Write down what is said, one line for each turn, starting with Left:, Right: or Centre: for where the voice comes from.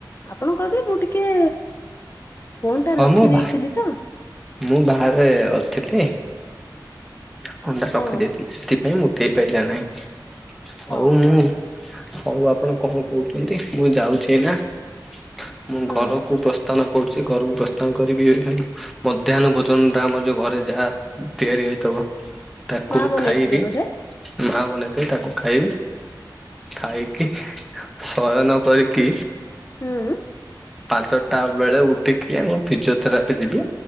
Left: ଆପଣ କହିବେ ମୁଁ ଟିକେ ଫୋନ୍ ଟା
Centre: ହଁ
Left: ରଖି
Centre: ମୁଁ ବା
Left: ଦେଇଥିଲି।
Centre: ମୁଁ ବାହାରେ ଅ ଥିଲି। ଫୋନ୍‌ଣ୍ଡା
Left: ହଁ
Centre: ରଖିଦେଇଥିଲି। ସେଥିପାଇଁ ମୁଁ ହେଇପାଇଲା ନାହିଁ ।
Left: ହଁ।
Centre: ହଉ ମୁଁ ହଉ ଆପଣ କଣ କହୁଛନ୍ତି? ମୁଁ ଯାଉଛି ଏଇନା । ମୁଁ
Left: ହଁ
Centre: ଘରକୁ ପ୍ରସ୍ଥାନ କହୁଛି ଘରକୁ ପ୍ରସ୍ଥାନ କରିବି। ଏ ହେ ମଧ୍ୟାହ୍ନ ଭୋଜନଟା ଆମର ଯୋଉ ଘରେ ଯାହା ତିଆରି ହୋଇ ତବ ତାକୁ
Left: ମା ବନେଇଥିବେ
Centre: ଖାଇବି।
Left: ବୋଧେ
Centre: ମାଁ ଆଉ ବନେଇଥିବେ ତାକୁ ଖାଇବି। ଖାଇକି ଶୟନ କରିକି
Left: ହୁଁ
Centre: ପାଞ୍ଚଟା ଆଉ ବେଳେ ଉଠିକି ମୁଁ ଫିଜିଓଥେରାପି ଯିବି।